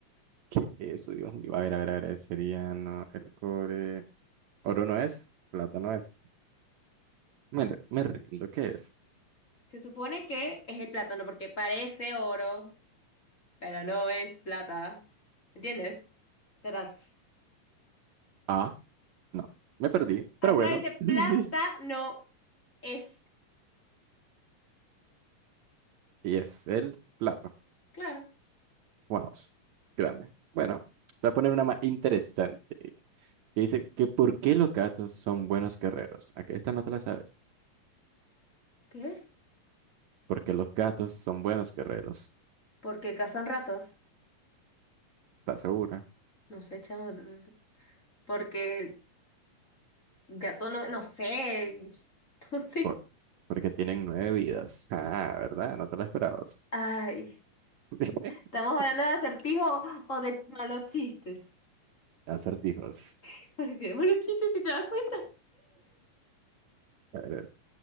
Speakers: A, on the right; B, on the left.
A: ¿Qué es eso, Dios mío? A ver, a ver, a ver, sería no, el cobre. Oro no es, plata no es. Me, re- me rindo, ¿qué es?
B: Se supone que es el plátano porque parece oro, pero no es plata. ¿Entiendes? Tarats.
A: Ah, no, me perdí,
B: Ah,
A: pero
B: claro,
A: bueno.
B: dice
A: <laughs>
B: plata no es.
A: Y es el plato.
B: Claro.
A: Wow, grande. Bueno, voy a poner una más interesante. Que dice que ¿por qué los gatos son buenos guerreros? Aquí esta no te la sabes.
B: ¿Qué?
A: Porque los gatos son buenos guerreros.
B: Porque cazan ratas
A: ¿Estás segura?
B: No sé, chamo, es- porque gato no, no sé, <laughs> no sé.
A: Por- porque tienen nueve vidas. <laughs> Ah, ¿verdad? No te la esperabas.
B: Ay,
A: <laughs>
B: ¿Estamos hablando de acertijo o de malos chistes?
A: Acertijos.
B: <laughs> parecieron malos chistes, si te das cuenta.
A: A ver,